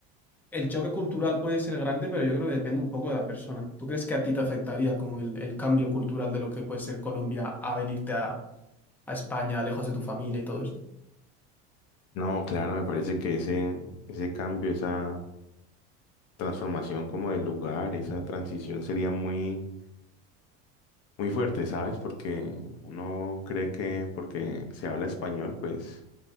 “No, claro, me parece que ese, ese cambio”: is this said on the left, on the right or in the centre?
Left